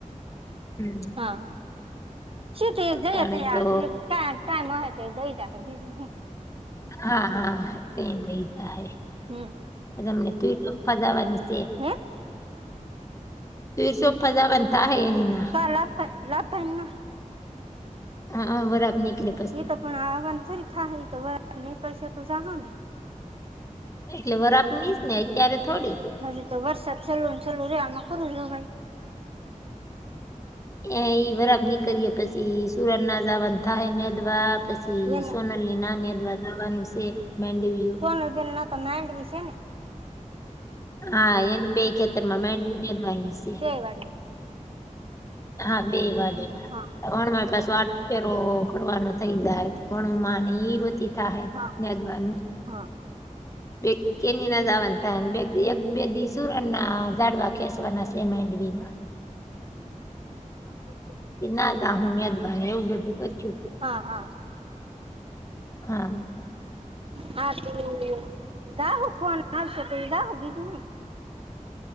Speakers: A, on the left; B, on the right.
A: હમ
B: હા.. શીટી જઈ
A: ટાણે તો
B: કામ ટમ હો તો દઈ જ બીજુ હું.
A: હા.. હા.. તે લેઈજા હે.
B: હમ..
A: <inaudible> રામ નિકિત તોફા જવાની છે.
B: હે
A: થીશુ ફજવાન થાહે એેનિના
B: <inaudible> તારા લતાઈ ન
A: હા.. અ.. વરાઆપ નીકલે
B: એ તો પણ આ વાનેથોરી થાહે, ત વરા નીકળશે તો જહો ને.
A: એટલે વરાપની દયને અત્યારે થોડી.
B: હજુ તો, વરસાદ ચાલુ ચાલુ રે આમાં થોડું જવાય.
A: એ ઈ વરાબ નીકળએે પછી, સુરનના જવાન થાયને અદવા પછી
B: એને
A: સોન.. નાનેદ્વાર જવાનું છે, મેડવી
B: કોના તોન્ડવિ મડવીછેને.
A: હા એની બે ખેતર માં <unintelligible> મેડવાની છે
B: ગેય વાત
A: હા, બે વાલીમાં
B: હા
A: કોણ મારી પાસે આવાનું? એ રો રો કરવાનો થઈ જાય ઘણું માની એતી થાહે
B: હા
A: જ્્યાદવાનું
B: હા
A: બેગ કેની નાજાવ થાહે બે એક બેદી શૂર ના દાડવા કેસવના સે.. વિમાન
B: <inaudible> હ..
A: કે નાદા. હું દબનું એવું બધું કર છું....
B: હા હા
A: હા..
B: હાતો <unintelligible> ગહ <inaudible> કોનાશ ત જહે બીજુ તું હું.